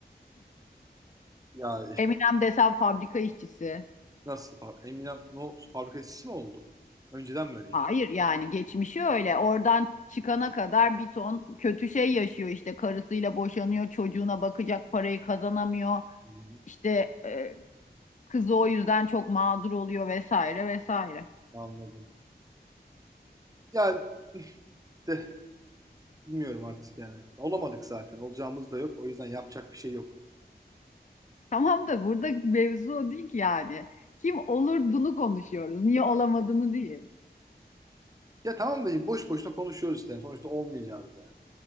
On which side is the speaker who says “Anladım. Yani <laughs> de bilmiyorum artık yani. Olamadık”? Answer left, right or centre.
Right